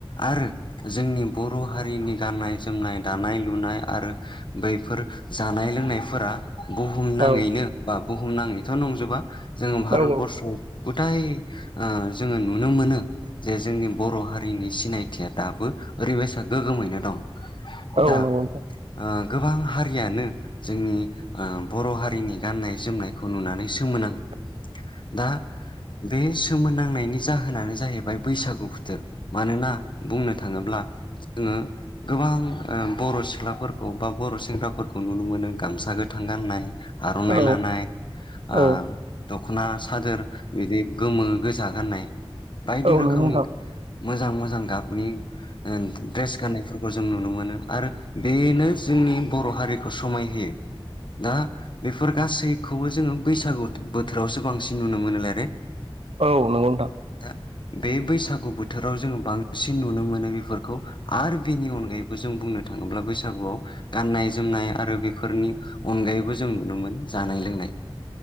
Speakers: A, on the left (about 55°); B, on the right (about 85°).
A: आरो जोंनि बर' हारिनि गाननाय जोमनाय दानाय लुनाय आरो बैफोर जानाय लोंनायफोरा बुहुम नाङैनो
B: औ
A: बा बुहुम नाङैथ' नंजोबा जोङो भारतबर्सआव
B: औ
A: गथाय ओ जोङो नुनो मोनो। जे जोंनि बर' हारिनि सिनायथिया दाबो ओरैबायसा गोग्गोमैनो दं
B: औ
A: दा
B: नंगौ नोंथां
A: ओ गोबां हारियानो जोंनि ओ बर' हारिनि गाननाय जोमनायखौ नुनानै सोमोनांङो
B: <inaudible>
A: दा बे सोमोनांनायनि जाहोनानो जाहैबाय बैसागु बोथोर मानोना बुंनो थाङोब्ला जोङो गोबां ओ बर' सिख्लाफोरखौ बा बर' सेंग्राफोरखौ नुनो मोनो गामसा गोथां गाननाय आर'नाइ
B: औ
A: लानाय ओ
B: औ
A: दख'ना सादोर बिदि गोमो गोजा गाननाय बायदि
B: औ
A: रोखोम
B: नंगौ नोंथां
A: मोजां मोजां गाबनि ओ द्रेस गाननायफोरखौ जों नुनो मोनो आरो बेनो जोंनि बर' हारिखौ समायहोयो। दा बेफोर गासैखौबो जोङो बैसागु बोथोरावसो बांसिन नुनो मोनोलायो।
B: औ नोंगौ नोंथां।
A: दा बे बैसागु बोथोराव जोङो बांसिन नुनो मोनो बेफोरखौ आरो बेनि अनगायैबो जों बुंनो थाङोब्ला बैसागुआव गाननाय जोमनाय आरो बेफोरनि अनगायैबो जों नुनो मोनो जानाय लोंनाय